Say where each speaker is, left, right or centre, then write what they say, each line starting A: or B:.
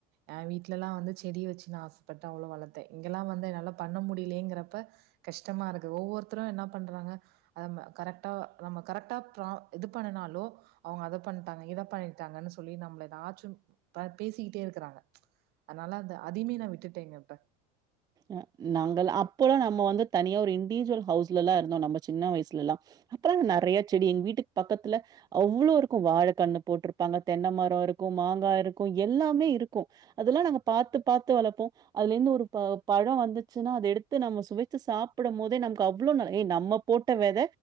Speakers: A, on the right; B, on the right.
A: ஏ வீட்லெல்லா வந்து செடி வெச்சு நா ஆசப்பட்டு அவ்ளோ வளத்தே இங்கெல்லா வந்து என்னால பண்ண முடி லியேங்கறப்ப கஷ்டமாருக்கு. ஒவ்வொருத்துரு என்ன பண்றாங்க அதம்ப கரெக்டா நம்ம கரெக்டா பிரா இது பண்ணுனாலோ அவுங்க அத பண்ட்டாங்க இத பண்ணிட்டாங்கன்னு சொல்லி நம்மள எதாச்சும் ப பேசிகிட்டே இருக்கறாங்க. அதனால அந்த அதிமே நா விட்டுட்டேங்க இப்ப.
B: அ நாங்கள் அப்போலா நம்ம வந்து தனியா ஒரு இண்டிஜுவல் ஹவுஸ்லல்லா இருந்தோ நம்போ சின்ன வயசுலெல்லா. அப்புற அது நறையா செடி எங் வீட்டுக் பக்கத்ல அவ்ளோ இருக்கு வாழ கண்ணு போட்ருப்பாங்க தென்ன மரோ இருக்கு மாங்கா இருக்கு எல்லாமே இருக்கு. அதுல்லா நாங்க பாத்து பாத்து வளப்போ. அதுல இந்து ஒரு ப பழோ வந்துச்சுன்னா அத எடுத்து நம்ம சுவைச்சி சாப்படம் போதே நம்க்கு அவ்ளோ ந ஏ நம்ம போட்ட வெத